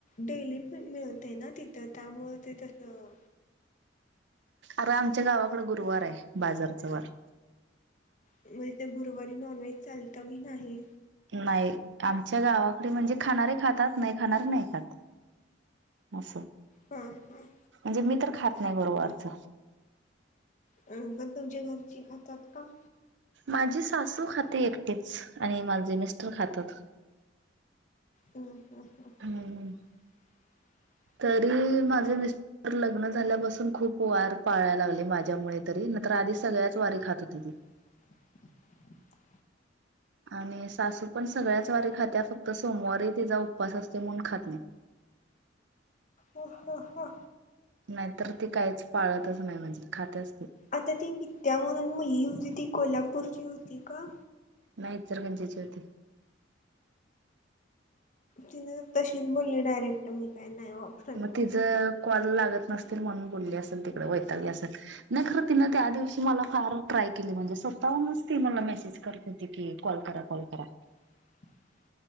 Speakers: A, on the left; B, on the right.
A: डेली पण मिळतय ना तिथं त्यामुळं ते तसं
B: अर आमच्या गावाकडे गुरुवार हाय बाजारचा वार.
A: म्हणजे ते गुरुवारी नॉन व्हेज चालत <unintelligible> नाही.
B: नाही आमच्या गावाकडे म्हणजे खाणारे खातात. नाही खाणारे नाही खात असं.
A: हम्म हम्म.
B: म्हणजे मी तर खात नाही गुरुवारच.
A: अ पण तुमच्या घरची खातात का?
B: माझी सासू खाते एकटिच आणि माझे मिस्टर खातात.
A: हम्म. हम्. हम्.
B: हम्म
A: <unintelligible>
B: तरी माझे मिस्टर लग्न झाल्यापासून खूप वार पाळायला लागले माझ्यामुळे तरी. तर आधी सगळ्याच वारी खात होतत ती.
A: <unintelligible>
B: आणि सासू. पण सगळ्याच वारी खात्या फक्त सोमवारी तिचा उपवास असतोय म्हणून खात नाही.
A: ह हा. हा.
B: नाहीतर ती काहीच पाळतच नाही. म्हणजे खात्याच. ती
A: आता ती विद्या म्हणून मुलगी होती ती. कोल्हापूरची होती का?
B: नाही ती इचलकरंजीची होती.
A: ति तशीच बोलली डायरेक्ट मी काय नाही वापरत
B: मग
A: म्हणून
B: तिचं कॉल लागत. नसतील म्हणून बोलली असेल तिकडे. असल वैतागली असेल नाही खर तिन त्या दिवशी मला फार ट्राय केली म्हणजे स्वतहूनच ती मला मेसेज करत होती की. कॉल करा. कॉल करा.
A: <unintelligible>